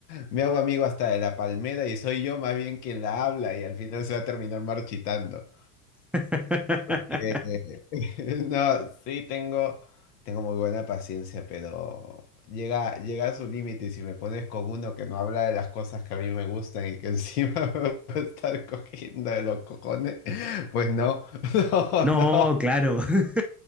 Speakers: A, on the left; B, in the centre.
A: me hago amigo hasta de la palmera y soy yo más bien quien la habla y al final se va a terminar marchitando.
B: <laughs>
A: que- <laughs> No, sí tengo, tengo muy buena paciencia, pero llega, llega a su límite y si me pones con uno que no habla de las cosas que a mí me gustan y que encima <laughs> me va a estar cogiendo de los cojones, pues no, <laughs>
B: No,
A: no, no.
B: claro. <laughs>